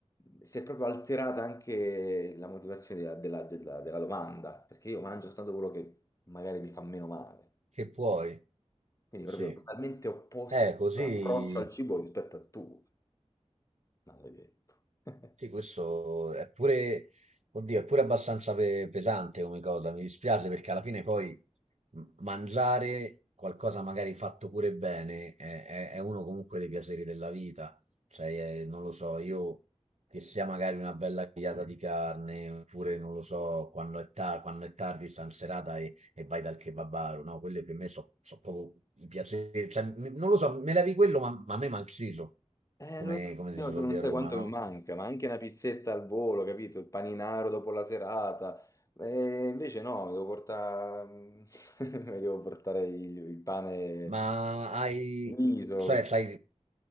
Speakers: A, on the left; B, on the right.
A: Si è proprio alterata anche la motivazione della, della- della- della domanda, perché io mangio soltanto quello che magari mi fa meno male.
B: che puoi,
A: Quindi
B: sì.
A: proprio totalmente opposto
B: Eh, così...
A: l'approccio al cibo rispetto a tu, maledetto. <laughs>
B: Sì, questo è pure, oddio, è pure abbastanza pe- pesante come cosa. Mi dispiace perché alla fine poi m- mangiare qualcosa magari fatto pure bene è, è- è uno comunque dei piaceri della vita. Cioè, eh, non lo so, io che sia magari una bella grigliata di carne, oppure non lo so, quando è, ta- quando è tardi, stan serata e, e vai dal kebabaro, no? Quelle per me sono proprio i piaceri. Cioè, m- non lo so, me levi quello, ma, ma a me manciso,
A: Eh,
B: come,
A: lo so,
B: come si
A: io
B: suol
A: tu non
B: dire
A: sai
B: a Roma,
A: quanto
B: no?
A: mi manca, ma anche una pizzetta al volo, capito? Il paninaro dopo la serata. Eh, invece no, mi devo portare, <laughs> mi devo portare il, il pane
B: Ma hai,
A: riso,
B: cioè, sai,